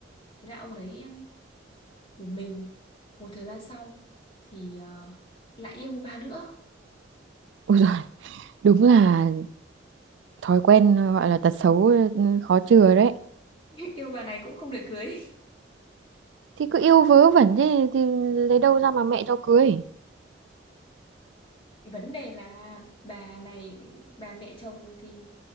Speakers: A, on the left; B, on the right.
A: thế là ông đấy một mình một thời gian sau thì ờ, lại yêu một bà nữa
B: ui rồi đúng là thói quen gọi là tật xấu ừ, khó chừa đấy
A: <laughs> yêu bà này cũng không được cưới
B: thì cứ yêu vớ vẩn thế thì lấy đâu ra mà mẹ cho cưới
A: vấn đề là bà này bà mẹ chồng thì